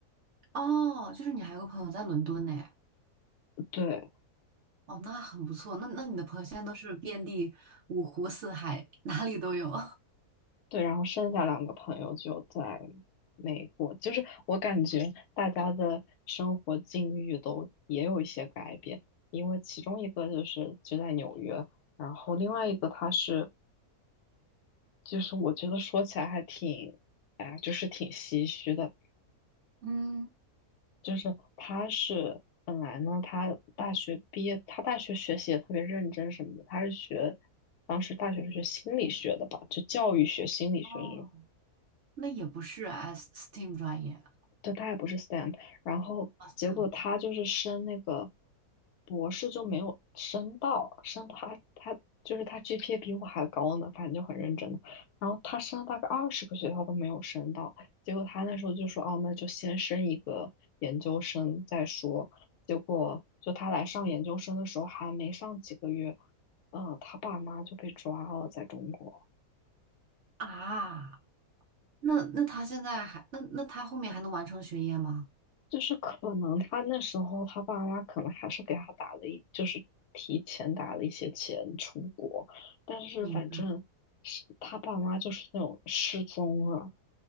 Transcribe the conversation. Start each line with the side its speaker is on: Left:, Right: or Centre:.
Right: 哦，就是你还有个朋友在伦敦呢。
Left: 对。
Right: 哦，那很不错。那那你的朋友现在都是遍地五湖四海，哪里都有。<laughs>
Left: 对，然后剩下两个朋友就在美国，就是我感觉大家的生活境遇都也有一些改变，因为其中一个就是就在纽约，然后另外一个他是，就是我觉得说起来还挺，哎呀，就是挺唏嘘的，
Right: 嗯，
Left: 就是他是本来呢，他大学毕业，他大学学习也特别认真什么的，他是学，当时大学是学心理学的吧，就教育学、心理学这种。
Right: 哦，那也不是 S STEAM 专业啊。
Left: 对，他也不是 STEM，然后结果他就是升那个
Right: s a m
Left: 博士就没有升到，升他他就是他 GPA 比我还高呢，反正就很认真的。然后他升了大概二十个学校都没有升到，结果他那时候就说，哦，那就先升一个研究生再说。结果就他来上研究生的时候还没上几个月，呃，他爸妈就被抓了，在中国。
Right: 啊，那那他现在还那那他后面还能完成学业吗？
Left: 就是可能他那时候他爸妈可能还是给他打了一，就是提前打了一些钱出国，但是反正是他爸妈就是那种失踪了，
Right: 你们